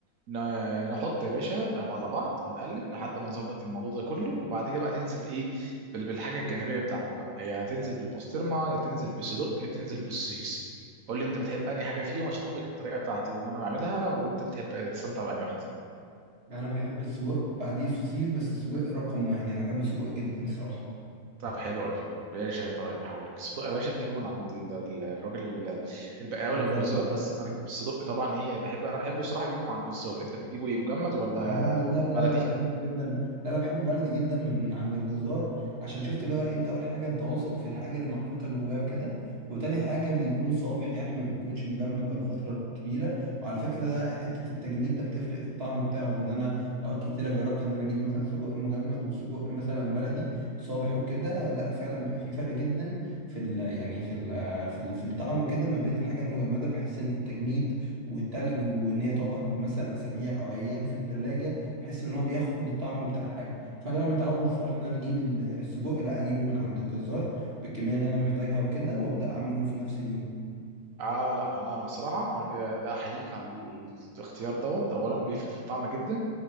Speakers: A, on the right; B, on the right.
A: ن- نحط يا باشا على بعض ونقلب لحد ما نظبط الموضوع ده كله وبعد كده بقى تنزل بايه بال- بالحاجه الجانبيه بتاعتك بقى يا هتنزل بالبسطرمه يا تنزل بالصدق يا تنزل بالسوسيس قول لي انت بتحب انهي حاجه فيهم عشان اقول لك الطريقه بتاعتي ان انا بعملها وانت بتحب تستمتع بانهي واحده
B: أنا بحب السجق بعديه السوسيس بس السجق رقم واحد يعني أنا بحب السجق جدا الصراحة
A: طب حلو قوي باشا طيب هقول لك الصدق يا باشا تجيبه من عند ال- ال- الراجل ال- البقاوي
B: بالظبط
A: او الجزار بس انا بجيب الصدق طبعا ايه بحب انا بحب بصراحه اجيبه مع الجزار انت بتجيبه ايه مجمد ولا
B: انا برضو لا لا
A: بلدي
B: لا لا بحبه جدا لا لا بحبه بلدي جدا من عند الجزار عشان شفت اللي هو انت اول حاجه انت واثق في الحاجه اللي محطوطه جواه وكده وتاني حاجه بيكون صابح يعني ما بيكونش مجمد بقاله فتره كبيره وعلى فكره ده حته التجميد ده بتفرق في الطعم بتاعه لان انا اوقات كتيره جربت ان انا اجيب مثلا سجق مجمد وسجق مثلا بلدي صابح وكده لا فعلا بيبقى في فرق جدا في ال يعني في ال في ال في الطعم وكده ما بين الحاجه المجمده بحس ان التجميد والتلج وان هي تقعد مثلا اسابيع او ايام في التلاجة بحيث ان هو بياخد الطعم بتاع الحاجه فانا بقى متعود الصراحه ان انا اجيب ال- السجق لا اجيبه من عند الجزار بالكميه اللي انا محتاجها وكده وابدا اعمله في نفس اليوم
A: اه لا انا صراحه انا كده- ده احييك على ال- الاختيار دوت اولا بيفرق في الطعم جدا